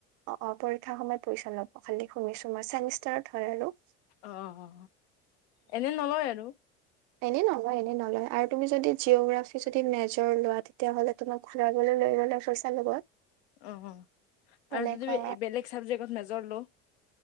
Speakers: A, on the right; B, on the left.
A: অ অ পৰীক্ষাৰ সময়ত পইচা লব খালি শুনিছো মই চেমিষ্টাৰত হয় আৰু।
B: অ অ। এনে নলয় আৰু।
A: এনে নলয় এনে নলয় আৰু তুমি যদি জিঅগ্ৰাফি যদি মেজৰ লোৱা তেতিয়াহলে তোমাৰ ঘুৰাবলৈ লৈ গলে পইচা লব।
B: অ অ
A: তেনেকুৱা
B: আৰু যে তুমি বেলেগ চাবজেক্টত মেজৰ লম